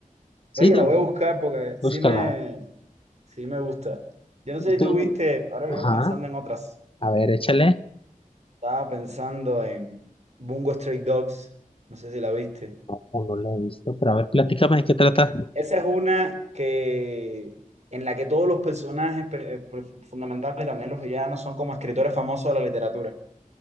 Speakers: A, on the left; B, on the right.
A: Sí,
B: Oye,
A: de-
B: la voy a buscar porque sí
A: búscala.
B: me, sí me gusta. Yo no sé
A: Y
B: si
A: tú-
B: tú viste, ahora que
A: ajá,
B: llevo pensando en otras.
A: a ver, échale.
B: Estaba pensando en Bungo Stray Dogs, no sé si la viste.
A: No, no la he visto, pero a ver, platícame de qué trata.
B: Esa es una que en la que todos los personajes per- eh, per- fundamentales, también los villanos, son como escritores famosos de la literatura.